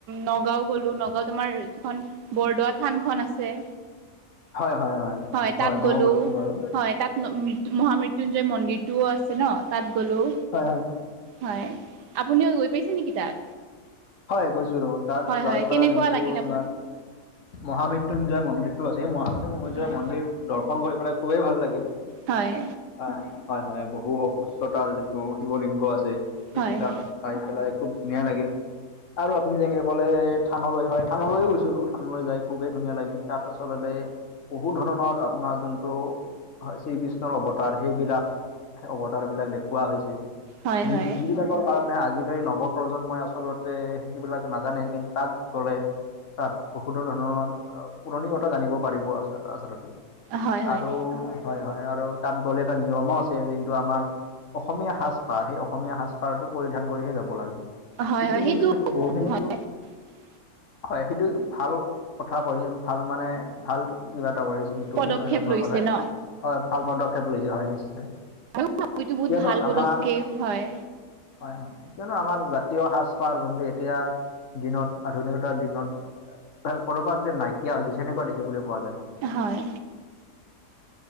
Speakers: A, on the right (about 85°); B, on the left (about 55°).
A: নগ- গাঁও গ'লো নগাঁওত তোমাৰ যিখন বৰদোৱা থান খন আছে।
B: হয় হয়
A: হয় তাত
B: ময়ো
A: গলো
B: গৈছিলো বাৰু
A: হয় তাত ন মহামৃত্যুঞ্জয় মন্দিৰটোও আছে ন তাত গ'লোঁ।
B: হয় হয়
A: হয়, আপুনিও গৈ পাইছে নেকি তাত?
B: হয় গৈছো ৰ তাত
A: হয়
B: যাই
A: হয় কেনেকুৱা
B: পেলাই যোনটো
A: লাগিল
B: আপোনাৰ মহামৃত্যুঞ্জয় মন্দিৰটো আছে সেই মহামৃত্যুঞ্জয়
A: হয়
B: মন্দিৰ দৰ্শন কৰি পেলাই খুবেই ভাল লাগিল।
A: হয়।
B: অ হয় হয় বহু উচ্চতাৰ যিটো শিৱ লিংগ আছে সেইবিলাক।
A: হয় হয়
B: চাই পেলাই খুব ধুনীয়া লাগিল আৰু আপুনি যেনেকে কলে থানলৈ হয় থানলৈয় গৈছিলো থানলৈ যাই খুবেই ধুনীয়া লাগিল তাত আচলতে বহু ধৰণৰ আপোনাৰ যোনটো হয়, শ্ৰীকৃষ্ণৰ অৱতাৰ সেইবিলাক অৱতাৰ বিলাক দেখুওৱা হৈছে।
A: হয় হয়
B: যি যি বিলাকৰ কাৰণে আজিকালি নৱ প্ৰজন্মই আচলত তে, সেইবিলাক নাজানে, কিন্তু তাত গ'লে তাত বহুতো ধৰণৰ পুৰণি কথা জানিব পাৰিব আচ আচলতে
A: হয় হয়
B: আৰু হয়', হয়' আৰু তাত গ'লে এটা নিয়মো আছে যোনটো আমাৰ অসমীয়া সাজ -পাৰ সেই অসমীয়া সাজ-পাৰটো পৰিধান কৰিহে যাব লাগে সেইটো
A: হয়
B: কিন্তু
A: <unintelligible>
B: বহুখিনি হয়', সেইটো ভাল কথা ক'য় ভাল মানে, ভাল কিবা এটা কৰিছে। কিন্তু
A: পদক্ষেপ
B: সেইটো এনেকুৱা
A: লৈছে
B: কৰাই,
A: ন
B: হয়' ভাল পদক্ষেপ লৈছে হয়' নিশ্চয়।
A: <unintelligible> সেইটো বহুত
B: কিয়নো
A: ভাল পদক্ষেপ
B: আমাৰ
A: হয়।
B: হয় - হয়, কিয়নো আমাৰ জাতীয় সাজ পাৰজন এতিয়া দিনত আধুনিকতাৰ দিনত ক'ৰবাত যে নাইকিয়া হৈ গৈছে সনেকুৱা দেখিবলৈ পোৱা যায়।
A: হয়